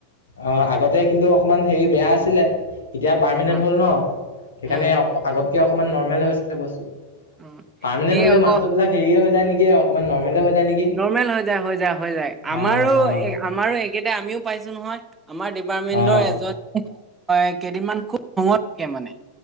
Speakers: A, on the left; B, on the right.
A: অ আগতে কিন্তু অকমান হেৰি বেয়া আছিলে এতিয়া পাৰ্মেনেন্ট
B: অ
A: হ'ল ন। সেইকাৰণে
B: অ
A: আগতকে অকমান নৰ্মেল হৈছে বস্তু
B: অ
A: পাৰ্মেনেন্ট
B: এই
A: হ'লে
B: আকৌ
A: মাষ্টৰবিলাক হেৰি হৈ যায় নেকি অকনমান নৰ্মলে হৈ যায় নেকি।
B: নৰ্মেল হৈ যায়, হৈ যায়, হৈ যায়,
A: অঁ
B: আমাৰো,
A: অঁ
B: আমাৰো একেটাই আমিও পাইছোঁ নহয়, আমাৰ ডিপাৰ্টমেণ্ট
A: অঁ
B: ৰ, এজন কেইদিনমান খুব খঙত থাকে মানে।